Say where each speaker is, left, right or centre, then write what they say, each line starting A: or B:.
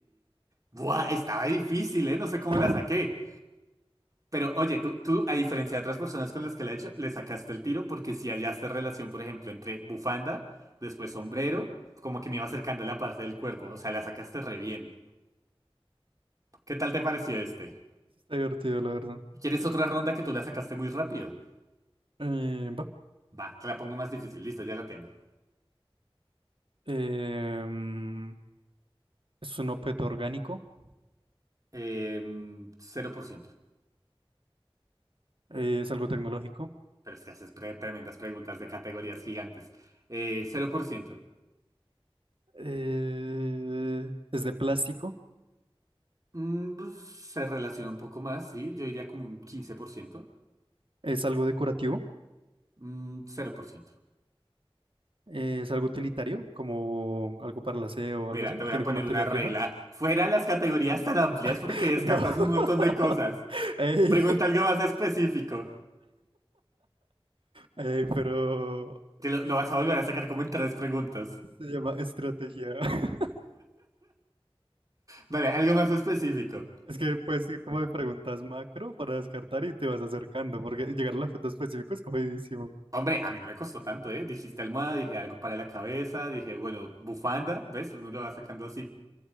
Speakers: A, on the right; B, on the right.
A: Buah, estaba difícil, ¿eh? No sé cómo
B: <laughs>
A: la saqué. Pero oye, tú, tú, a diferencia de otras personas con las que la he hecho, le sacaste el tiro porque si hallaste relación, por ejemplo, entre bufanda, después sombrero, como que me iba acercando a la parte del cuerpo. O sea, la sacaste re bien. ¿Qué tal te pareció este?
B: Está divertido, la verdad.
A: ¿Quieres otra ronda que tú la sacaste muy rápido?
B: Eh, va.
A: Va, te la pongo más difícil. Listo, ya la tengo.
B: Em, es un objeto orgánico.
A: Em, 0%.
B: eh, es algo tecnológico.
A: Pero es que haces pre- tremendas preguntas de categorías gigantes. Eh, 0%.
B: eh, es de plástico.
A: Mm, se relaciona un poco más, sí. Yo diría como un 15%.
B: Es algo decorativo.
A: Mm, cero por ciento.
B: eh, es algo utilitario, como algo para el aseo o
A: Mira,
B: algo así.
A: te voy
B: Tiene
A: a poner
B: como una utilidad
A: una regla.
B: fija.
A: Fuera las categorías tan amplias porque
B: <laughs>
A: descartas
B: No.
A: un montón de cosas.
B: <laughs> Ey.
A: Pregunta algo más específico.
B: Ey, pero
A: Que lo, lo vas a volver a sacar como en tres preguntas.
B: se llama estrategia. <laughs>
A: Vale, algo más específico.
B: Es que puedes ir como de preguntas macro para descartar y te vas acercando, porque llegar a al objeto específico es jodidísimo.
A: Hombre, a mí no me costó tanto, ¿eh? Dijiste almohada, dije algo para la cabeza, dije, bueno, bufanda, ¿ves? Uno lo va sacando así.